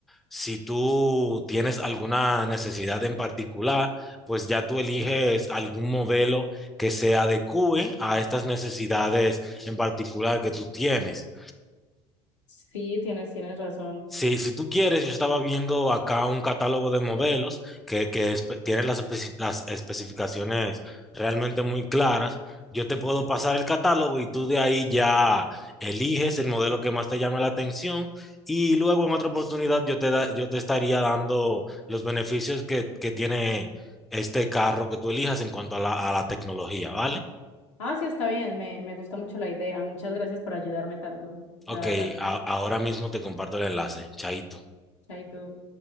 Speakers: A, in the centre; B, on the left.
A: si tú tienes alguna necesidad en particular, pues ya tú eliges algún modelo que se adecue a estas necesidades en particular que tú tienes.
B: Sí, tienes, tienes razón.
A: Sí, si tú quieres, yo estaba viendo acá un catálogo de modelos que, que espe- tienen las, especi- las especificaciones realmente muy claras. Yo te puedo pasar el catálogo y tú de ahí ya eliges el modelo que más te llame la atención y luego en otra oportunidad yo te, da- yo te estaría dando los beneficios que, que tiene este carro que tú elijas en cuanto a la, a la tecnología, ¿vale?
B: Ah, sí, está bien, me, me gusta mucho la idea. Muchas gracias por ayudarme tanto,
A: Ok,
B: la verdad.
A: a- ahora mismo te comparto el enlace. Chaito.
B: Chaito.